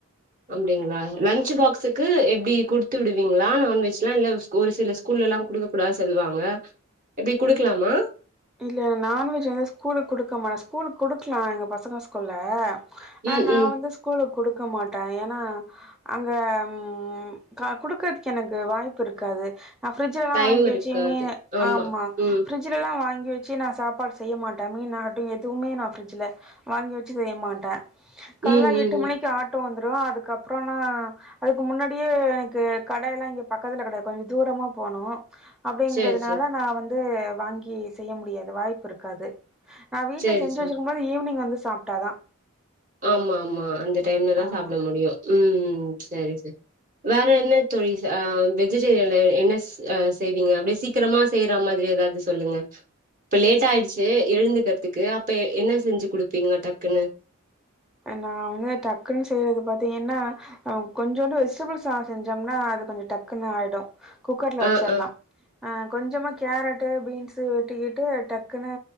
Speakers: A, on the right (about 40°); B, in the centre.
A: அப்டிங்களா லன்ச் பாக்ஸுக்கு எப்டி குடுத்து விடுவீங்களா நான்வெஜ்லா இல்ல ஒரு சில ஸ்கூ கூல்லலா குடுக்க கூடாது சொல்வாங்க எப்டி குடுக்கலாமா
B: இங்க நான்வெஜ் வந்து ஸ்கூலுக்கு குடுக்கமாட் ஸ்கூலுக்கு குடுக்கலா எங்க பசங்க ஸ்கூல்ல ஆனா
A: ம்
B: நா
A: ம்
B: வந்து ஸ்கூலுக்கு குடுக்க மாட்டே ஏனா அங்க ம் அ குடுக்கறதுக்கு எனக்கு வாய்ப்புருக்காது நா ஃப்ரிட்ஜ்லலா
A: டைம்
B: வாங்கி
A: இருக்காது
B: வச்சியுமே ஆமா
A: ம்
B: ஃப்ரிட்ஜ்லலா வாங் கி வெச்சு நா சாப்பாடு செய்ய மாட்டே மீன் ஆகட்டு எதுவுமே நா ஃபரிட்ஜ்ல வாங்கி வெச்சு செய்ய மாட்டே கால்ல
A: ம் ம்
B: எட்டு
A: ம்
B: மணிக்கு ஆட்டோ வந்துடு அதுக்கப்புறனா அதுக்கு முன்னாடியே எனக்கு கடையெல்லா இங்க பக்கத்துல கெடையாது கொஞ்ச தூரமா போனு அப்டிங்கறதுனால
A: சேரி சேரி
B: நா வந்து வாங்கி செய்ய முடியாது வாய்ப்பு இருக்காது நா வீட்ல
A: சேரி
B: செஞ்சு
A: சேரி
B: வெச்சுருக்கும்போது ஈவினிங் வந்து சாப்டாதா
A: ஆமா ஆமா அந்த டைம்லதா
B: ஆமா
A: சாப்ட முடியு ம் சேரி சேரி வேற என்ன தோழி ச ஆ வெஜிடேரியன்ல என்ன ஸ் செய்வீங்க ரெசிபி சீக்கிரமா செய்ற மாதிரி ஏதாவது சொல்லுங்க இப்ப லேட்டாயிடுச்சு சு எழுந்துகிறதுக்கு அப்ப என்ன செஞ்சு குடுப்பீங்க டக்குனு
B: நா வந்து டக்குனு செய்யறது பாத்தீங்கன்னா கொஞ்சோண்டு வெஜிடபிள்ஸ் சாதொ செஞ்சோம்னா அது கொஞ்ச டக்குன்னு ஆய்டு குக்கர்ல
A: ஆ
B: வச்சர்லா
A: ஆ
B: ஆ கொஞ்சமா கேரட்டு பீன்ஸு வெட்டிக்கிட்டு டக்குனு